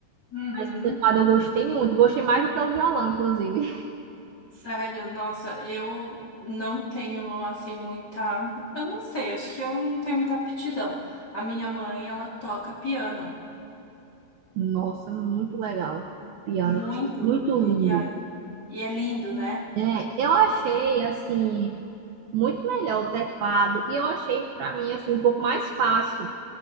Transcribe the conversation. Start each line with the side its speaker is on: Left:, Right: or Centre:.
Left: Uhum.
Right: Mas o teclado eu gostei muito, gostei mais do que o violão, inclusive.
Left: Sério, nossa, eu não tenho assim muita. Eu não sei, acho que eu não tenho muita aptidão. A minha mãe, ela toca piano
Right: <laughs> Nossa, muito legal. Piano,
Left: muito,
Right: muito lindo.
Left: e, aí- e é lindo, né?
Right: É, eu achei assim muito melhor o teclado e eu achei pra mim assim um pouco mais fácil